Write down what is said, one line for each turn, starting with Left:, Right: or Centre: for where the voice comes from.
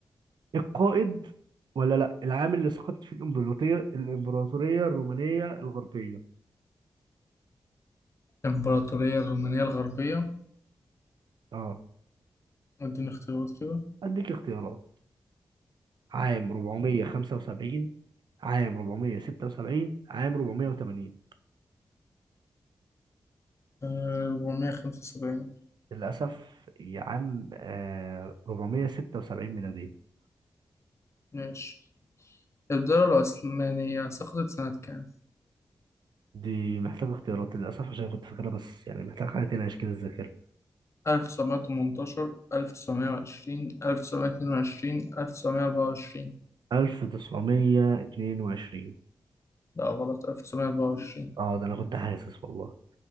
Right: القائد ولا لا العام اللي سقطت فيه الامبراطورية الامبراطورية الرومانية الغربية
Left: الإمبراطورية الرومانية الغربية
Right: اه
Left: اديني اختيارات كده
Right: اديك اختيارات عام 475 عام 476 عام 480
Left: أربعمية خمسة وسبعين
Right: للأسف يا عم آه 476 ميلادية
Left: ماشي الدولة العثمانية سقطت سنة كام؟
Right: دي محتاجة اختيارات للأسف عشان كنت فاكرها بس يعني محتاجة حاجة تنعش كده الذاكرة
Left: ألف تسعمية تمنتاشر ألف تسعمية وعشرين ألف تسعمية اتنين وعشرين ألف تسعمية أربعة وعشرين
Right: 1922
Left: لا غلط ألف تسعمية أربعة وعشرين
Right: اه ده أنا كنت حاسس والله